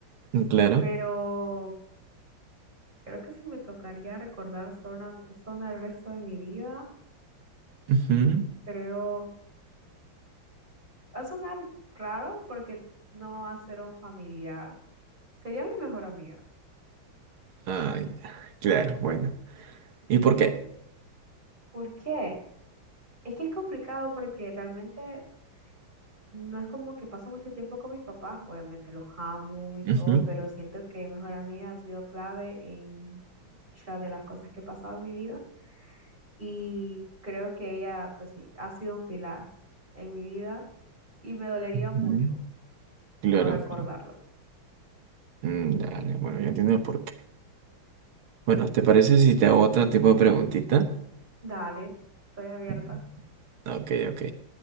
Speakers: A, on the right; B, on the right.
A: Mm, Claro.
B: pero creo que si me tocaría recordar solo una persona el resto de mi vida,
A: Ujú.
B: creo, va a sonar raro porque no va a ser un familiar, sería mi mejor amiga.
A: Ay, claro, bueno. ¿Y por qué?
B: ¿Por qué? Es que es complicado porque realmente no es como que paso mucho tiempo con mis papás, obviamente los amo y todo,
A: Ujú.
B: pero siento que mejor amiga ha sido clave en muchas de las cosas que he pasado en mi vida y creo que ella, pues sí, ha sido un pilar en mi vida y me dolería mucho
A: Ujú.
B: no
A: Claro.
B: recordarla.
A: claro. Mm, Dale, bueno, ya entiendo por qué. Bueno, ¿te parece si te hago otro tipo de preguntita?
B: Dale, estoy abierta.
A: Mm, Ok, ok.